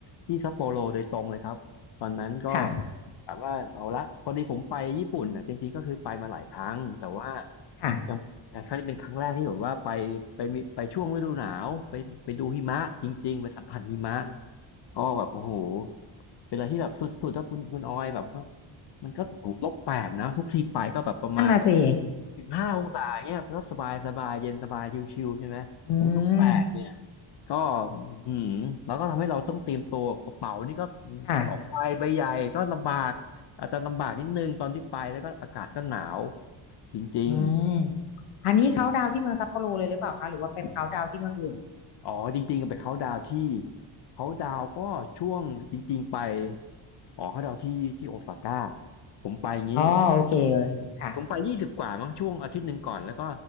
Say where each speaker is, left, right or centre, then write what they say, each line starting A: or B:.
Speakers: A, on the left; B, on the left.
A: ที่ซัปโปโรโดยตรงเลยครับตอนนั้นก็
B: ค่ะ
A: แบบว่าเอาละพอดีผมไปญี่ปุ่นอ่ะจริงๆก็คือไปมาหลายครั้งแต่ว่า
B: ค่ะ
A: ยังแต่ครั้งนี้เป็นครั้งแรกที่แบบว่าไปไปมีไปช่วงฤดูหนาวไปไปดูหิมะจริงๆไปสัมผัสหิมะอ๋อแบบโอ้โหเป็นอะไรที่แบบสุดๆถ้าคุณคุณออยแบบว่ามันก็ถูกลบแปดนะทุกทีไปก็แบบประมาณ
B: นั่นน่ะสิ
A: สิบห้าองศาเนี่ยก็สบายสบายเย็นสบายชิวๆใช่ไหมไอ้นกแปลกเนี่ย
B: อืม
A: ก็หืมแล้วก็ทำให้เราต้องเตรียมตัวกระเป๋านี่ก็
B: ค่ะ
A: สองใบใบใหญ่ก็ลำบากอาจจะลำบากนิดนึงตอนที่ไปแล้วก็อากาศก็หนาวจริง
B: อืมอันนี้เขาดาวน์ที่เมืองซัปโปโรเลยหรือเปล่าคะหรือว่าไปเขาดาวน์ที่เมืองอื่น
A: ๆอ๋อจริงๆไปเขาน์ดาวน์ที่เขาน์ดาวน์ก็ช่วงจริงๆไปอ๋อเขาน์ดาวน์ที่ที่โอซาก้าผมไปงี้
B: อ๋อโอเคเลยค่ะ
A: ผมไปยี่สิบกว่ามั้งช่วงอาทิตย์หนึ่งก่อนแล้วก็